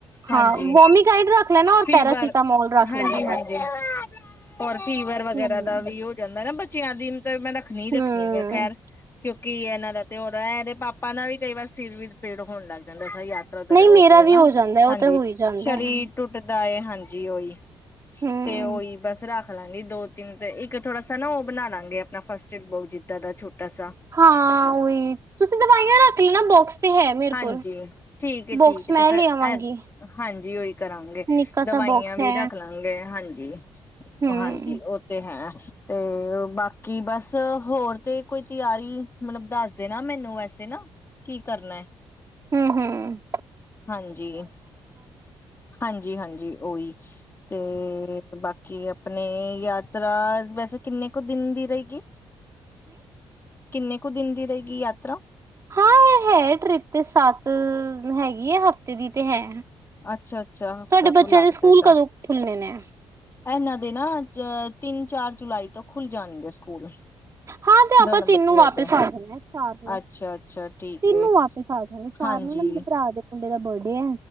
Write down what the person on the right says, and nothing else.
ਹਾਂ ਵੋਮੀਕਾਈਡ ਰੱਖ ਲੈਣਾ ਔਰ
ਪੈਰਾਸੀਟਾਮੋਲ ਰੱਖ
ਲੈਣਾ ਬਸ
ਹਮ
ਹਮ
ਨਹੀਂ ਮੇਰਾ
ਵੀ
ਹੋ ਜਾਂਦਾ ਉਹ
ਤੇ ਹੋ ਹੀ ਜਾਂਦਾ
ਹੈ
ਹਮ
ਹਾਂ ਉਹੀ, ਤੁਸੀਂ ਦਵਾਈਆਂ ਰੱਖ ਲੈਣਾ ਬੋਕਸ ਤੇ ਹੈ ਮੇਰੇ
ਕੋਲ
ਬੋਕਸ
ਮੈਂ
ਲੈ ਆਵਾਂਗੀ
ਨਿੱਕਾ
ਸਾ ਬੋਕਸ
ਹੈ
ਹਮ
ਹਮ-ਹਮ।
<inaudible>
ਹਾਂ ਇਹ ਹੈ, ਟ੍ਰਿਪ ਤੇ ਸੱਤ, ਹੈਗੀ ਐ ਹਫਤੇ ਦੀ ਤੇ ਹੈ।
ਤੁਹਾਡੇ ਬੱਚਿਆਂ
ਦੇ ਸਕੂਲ
ਕਦੋਂ, ਖੁੱਲਣੇ ਨੇ?
ਹਾਂ ਤੇ ਆਪਾਂ
ਤਿੰਨ
ਨੂੰ ਵਾਪਿਸ
ਆ ਜਾਣਾ ਹ ਚਾਰ ਨੂੰ
ਤਿੰਨ
ਨੂੰ ਵਾਪਿਸ। ਸੀ ਸਾਰ
ਨੂੰ ਨਾ ਮੇਰੇ ਭਰਾ ਦੇ ਕੰਡੇ ਦਾ ਬਰਡੇ ਏ?